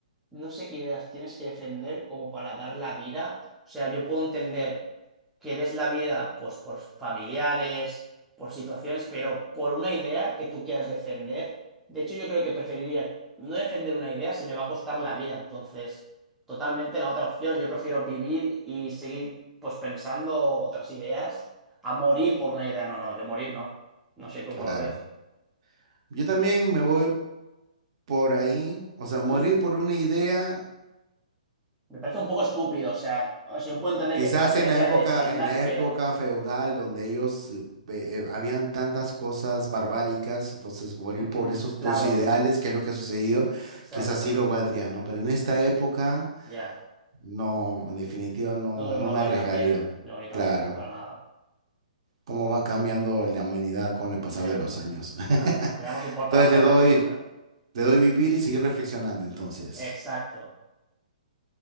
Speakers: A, in the centre; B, on the right.
A: no sé qué ideas tienes que defender como para dar la vida. O sea, yo puedo entender que des la vida pues por familiares, por situaciones, pero por una idea que tú quieras defender. De hecho, yo creo que preferiría no defender una idea si me va a costar la vida. Entonces, totalmente la otra opción. Yo prefiero vivir y seguir pues pensando otras ideas a morir por una idea. No, no, yo morir no. No sé tú
B: Claro.
A: cómo lo ves.
B: Yo también me voy por ahí, o
A: Ujú.
B: sea, morir por una idea,
A: Me parece un poco estúpido, o sea, o sea, yo puedo entender
B: Quizás
A: que tengas una
B: en
A: idea
B: la época,
A: y la defiendas,
B: en la
A: pero
B: época feudal donde ellos eh, ve- eh, habían tantas cosas barbáricas, entonces morir
A: Ujú,
B: por esos
A: Claro,
B: tus ideales, que es lo que ha sucedido,
A: exacto.
B: quizás sí lo valdría, ¿no? Pero en esta época,
A: Ya.
B: no, en definitiva no,
A: Yo creo
B: no
A: que no
B: me
A: vale
B: arriesgaría.
A: la pena. No, yo tampoco,
B: Claro,
A: para nada.
B: cómo va cambiando la humanidad con el pasar
A: Ya,
B: de los años. <laughs>
A: claro. Le damos importancia
B: Entonces le doy,
A: a otras cosas.
B: le doy vivir y seguir reflexionando entonces.
A: Exacto.